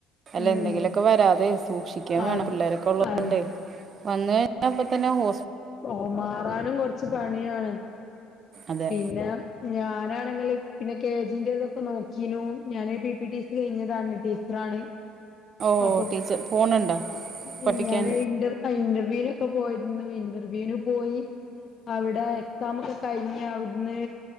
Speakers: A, on the right; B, on the left.
A: അല്ല
B: ഉം
A: എന്തെങ്കിലുമൊക്കെ വേരാതെ സൂക്ഷിക്കാൻ വേണം
B: അത്
A: പിള്ളേരൊക്കെ ഒള്ളേ
B: അത്
A: ഒണ്ടേ വന്ന് കഴിഞ്ഞാ അപ്പോ തന്നെ ഹോ
B: ഓഹ് മാറാനും കൊറച്ച് പണിയാണ്
A: അതെ
B: പിന്നെ ഞാനാണെങ്കില് പിന്നെ <unintelligible> നോക്കീനു ഞാന് പി പി ടി കഴിഞ്ഞതാണ് ടീച്ചറാണ്
A: ഓ
B: അപ്പൊ
A: ടീച്ചർ പോണുണ്ടോ
B: ആ
A: പഠിപ്പിക്കാൻ
B: ഞാനരു ഇന്റർ അ ഇന്റർവ്യൂനൊക്ക പോയിരുന്നു ഇന്റർ... ഇന്റർവ്യൂന് പോയി അവിടെ എക്സാം ഒക്കെ കഴിഞ്ഞ് അവിടുന്ന്